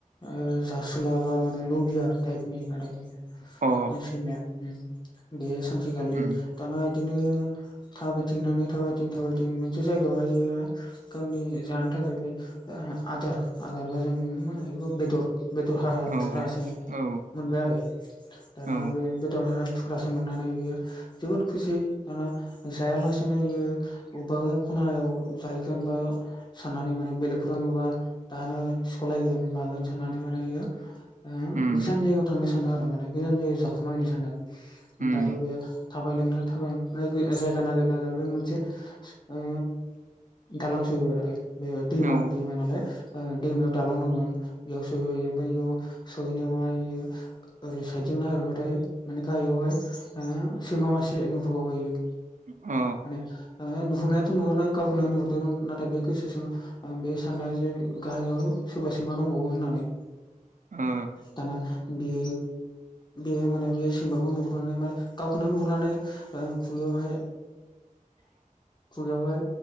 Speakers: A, on the left (about 35°); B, on the right (about 65°).
A: ओ जासुला बा माने लबिया टाइपनि आरो बि
B: अ
A: सैमाया उम। बे सानसेखालि
B: उम
A: दाना इदिनो थाबायथिंनानै थाबायथिं थाबायथिं मोनसे जायगायावहायो गावनि जानो थाखाय बे आदार आदारबा जों मोनो बे बेदर बेदर हारा
B: औ
A: थुख्रासो
B: औ
A: मोनबाय आरो। दाना
B: औ
A: बे बेदर थुख्रासो मोननानै बियो जोबोद खुसि दाना जायालासेनो इयो बबेबा खनायाव जाहैगोन बा साननानै माने बेलेगफोराव नुबा दानो सिख'लायगोन मागोन साननानै माने इयो ओ
B: उम
A: गोजान जायगायाव थांनो थांदों आरो माने गोजान जायगायाव जाखोमाहैनो सानदों
B: उम
A: दाथ' बे थाबायलांना थाबायलांना जायगा नागिर नागिर बे मोनसे ओ दालां सहैबाय आरो बे दैमा
B: औ
A: दैमा नालाय दैमायाव दालां दंमोन बेयाव सहैबाय इयो ओमफ्राय इयाव सहैनायावहाय इयो ओरै साइदजों नाहरबाथाय माने गाहायावहाय ओ सैमा मासे नुहुरबावबाय इयो
B: अ
A: माने ओ नुहुरनायाथ' नुहुरनाय गावखौनो नुहुरदोंमोन नाथाय बे गोसोजों आं बे साननाया जे गाहाय सोरबा सोर मा दंबावो होननानै
B: अ ओ
A: दाना बे बे माने बे सैमाखौ नुहुरनानै मे गावखौनो नुहुरनानै खुगायावहाय खुगायावहाय